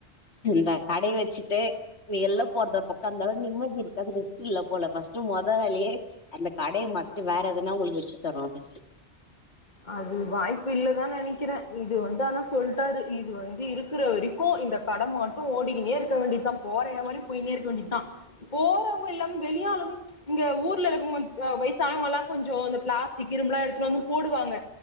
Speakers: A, on the left (about 65°); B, on the left (about 40°).
A: இந்த கடை வச்சிட்டு வெள்ல போறத பக்கோ அந்தளவு நிம்மதி இருக்காது ரெஸ்ட் இல்ல போல ஃபர்ஸ்ட்டு மொத வேலயே அந்த கடைய மாத்திட்டு வேற எதனா ஒங்களுக்கு வச்சு தர்றனு ஃபஸ்ட்டு
B: அது வாய்ப்பு இல்ல தா நெனைக்கிறே இது வந்து ஆனா சொல்ட்டாரு இது வந்து இரு க்ற வரைக்கு இந்த கட மட்டு ஓடிக்கினே இருக்க வேண்டிதா போறய வர போய்னேருக்க வேண்டிதா போறோங்க எல்லாம் வெளியாளு இங்க ஊர்ல இருக்கோங் வயசானவங்கல்லா கொஞ்சொ இந்த பிளாஸ்டிக் இரும்புலா எடுத்துட்டு வந்து போடு வாங்க